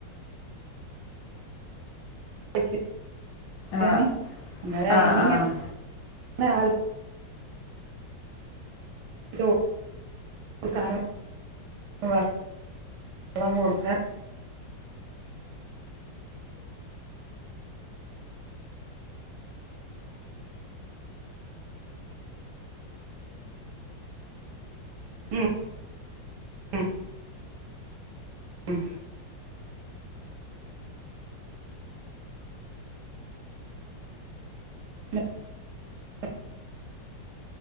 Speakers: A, on the right; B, on the left.
A: <unintelligible> <unintelligible>
B: ആഹ്
A: അന്നേരയിനും
B: ആഹ് ആഹ്
A: ഗ്യാപ് ന്നയാൾ <unintelligible> <unintelligible> ഉം ഉം ഉം <inaudible>